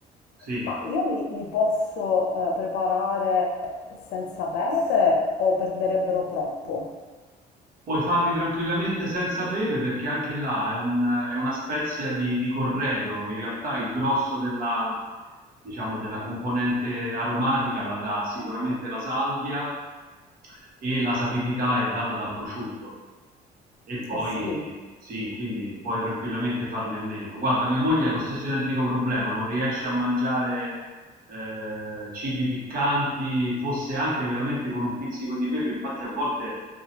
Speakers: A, on the right; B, on the left.
A: sì,
B: ma io li, li posso eh, preparare senza pepe o perderebbero troppo?
A: Puoi farli tranquillamente senza pepe perché anche là è, un- è una spezia di, di corredo. In realtà il grosso della, diciamo, della componente aromatica la dà sicuramente la salvia e la sapidità è data dal prosciutto. E poi
B: Eh sì,
A: sì, quindi puoi tranquillamente farne a meno. Guarda, mia moglie ha lo stesso identico problema, non riesce a mangiare eh, cibi piccanti, fosse anche veramente con un pizzico di pepe, infatti a volte